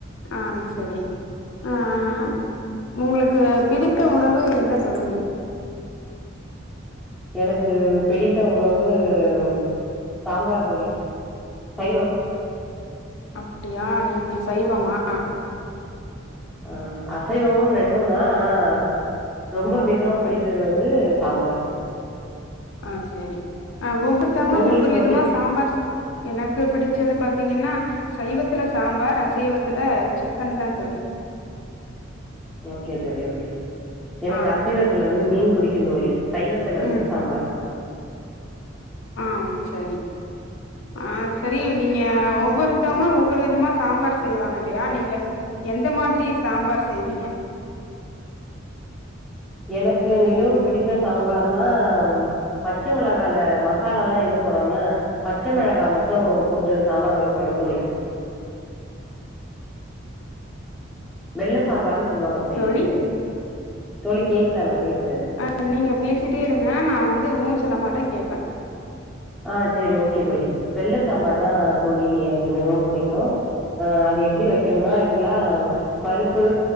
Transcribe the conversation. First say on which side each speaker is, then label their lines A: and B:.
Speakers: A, on the left; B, in the centre.
A: ஆ சரி. அ அ அ உங்குளுக்கு பிடித்த உணவு என்ன தோழி?
B: எனக்கு பிடித்த உணவு ம் சாம்பார் தோழி சைவம்.
A: அப்டியா நீங்க சைவமா?
B: ஆ ஆ அசைவமு ரெண்டு நா ஆனா ரொம்போ மிகவும் பிடித்தது வந்து சாம்பார்
A: ஆ செரி ஆ ஒவ்வொருத்தவங்க
B: உங்களுக்கு
A: ஒவ்வொரு
B: தோழி
A: விதமா சாம்பார் எனக்கு பிடிச்சது பாத்தீங்கன்னா சைவத்துல சாம்பார் அசைவத்துல சிக்கன் தான் தோழி
B: ஓக்கே தோழி ஓக்கே எனக்கு
A: ஆ
B: அசைவத்தில வந்து மீன் பிடிக்கு தோழி சைவத்தில வந்து
A: ம்
B: சாம்பார்
A: ஆ சரி ஆ சரி நீங்க ஆ ஒவ்வொருத்தவங்க ஒவ்வொரு விதமா சாம்பார் செய்வாங்க இல்லையா நீங்க எந்த மாதிரி சாம்பார் செய்வீங்க
B: எனக்கு மிகவு பிடித்த சாம்பார்னா பச்ச மிளகால மசால எல்லா எதுவு போடாம பச்ச மிளகாய் மட்டு போட்டு சாம்பார் வைப்போல தோழி வெள்ள சாம்பருன்னு சொல்லுவாங்க பேரு
A: தோழி
B: தோழி கேக்குதா நா பேசுறது
A: ஆ நீங்க பேசிட்டே இருங்க நா வந்து ஊ சொல்ல மாட்டே கேட்பே
B: ஆ செரி ஓக்கே தோழி வெள்ள சாம்பார் தா தோழி எனக்கு மிகவு பிடிக்கு ஆ அது எப்படி வைக்கணுனா ஆக்சுவலா பருப்பு